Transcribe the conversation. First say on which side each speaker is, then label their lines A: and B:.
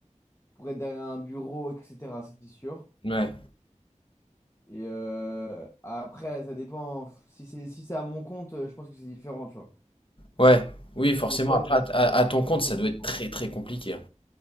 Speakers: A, on the left; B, on the left.
A: pour être derrière un bureau, etc. Ça, c'est sûr.
B: Ouais,
A: Et euh, après, ça dépend. Si c'est si c'est à mon compte, je pense que c'est différent, tu vois.
B: ouais, oui, forcément.
A: Le choix,
B: Après,
A: le
B: à,
A: choix.
B: à- à ton compte,
A: le
B: ça doit être
A: choix-
B: très très compliqué. hein.